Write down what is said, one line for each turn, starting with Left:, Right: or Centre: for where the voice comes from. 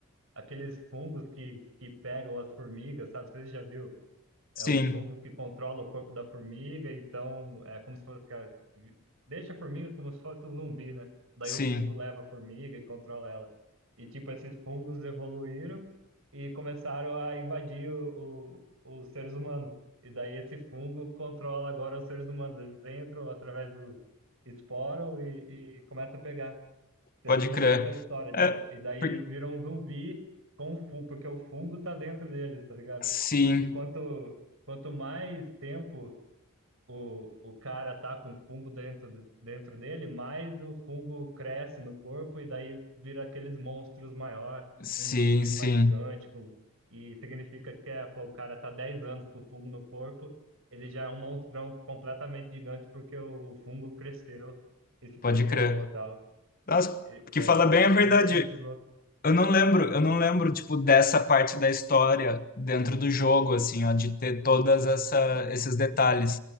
Right: aqueles fungos que, que pegam as formigas, sabe? Você já viu?
Left: Sim,
Right: é uns fungos que controlam o corpo da formiga, então é como se fosse. que a- Deixa a formiga como se fosse um zumbi, né? Daí
Left: sim,
Right: o fungo leva a formiga e controla ela. E tipo, esses fungos evoluíram e começaram a invadir o, o- os seres humanos. E daí esse fungo controla agora os seres humanos. Eles entram através do esporam e, e começa a pegar seres
Left: pode
Right: humanos,
Left: crer.
Right: essa é a história, tipo,
Left: É,
Right: e daí
Left: por-
Right: vira um zumbi com fungo, porque o fungo tá dentro deles, tá ligado?
Left: sim,
Right: E quanto, quanto mais tempo o, o cara tá com fungo dentro, de- dentro dele, mais o fungo cresce no corpo e daí vira aqueles monstros maior,
Left: sim,
Right: uns zumbis
Left: sim,
Right: mais gigantes, com- e significa que é, pô, o cara tá 10 anos com fungo no corpo, ele já é um monstrão completamente gigante porque o fungo cresceu e se transformou,
Left: pode crer.
Right: tá?
Left: Nossa,
Right: E-
Left: porque
Right: É,
Left: fala
Right: dif
Left: bem a verdade.
Right: é diferente dos outros.
Left: Eu não lembro, eu não lembro, tipo, dessa parte da história dentro do jogo, assim, ó, de ter todas essa, esses detalhes,